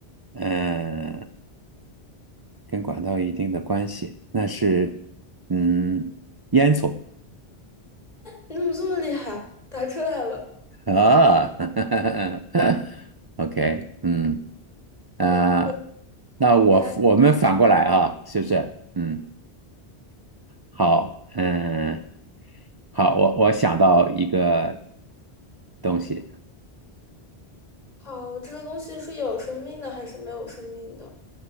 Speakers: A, on the right; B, on the left.
A: 嗯，跟管道有一定的关系，那是嗯，烟囱
B: 你怎么这么厉害？答出来了。
A: 啊 <laughs>，OK，嗯啊，
B: 嗯，对
A: 那我我们反过来啊，
B: 你还
A: 是不是？嗯，好，嗯，好，我我想到一个东西，
B: 好，这个东西是有生命的还是没有生命的？